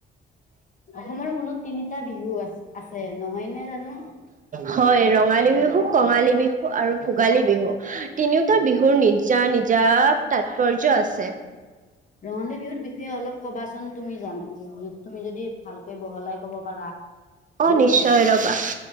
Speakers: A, on the left (about 40°); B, on the right (about 40°).
A: অসমৰ মূলত তিনিটা বিহু আছ- আছে নহয় নে জানো?
B: হয় ৰঙালী বিহু কঙালী বিহু আৰু ভোগালী বিহু। তিনিওটা বিহুৰ নিজা নিজা তাৎপৰ্য আছে।
A: <unintelligible> ৰঙালী বিহুৰ বিষয়ে অলপ কবাচোন তুমি জান তুমি যদি ভালকৈ বহলাই কব পাৰা।
B: অ' নিশ্চয় ৰবা